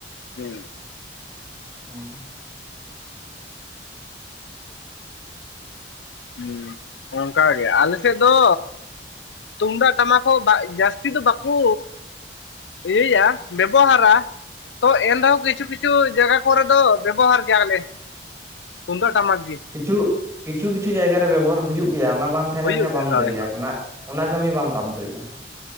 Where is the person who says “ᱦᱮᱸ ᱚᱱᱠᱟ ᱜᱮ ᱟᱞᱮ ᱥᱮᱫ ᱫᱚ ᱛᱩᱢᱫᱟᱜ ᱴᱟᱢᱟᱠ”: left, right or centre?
Left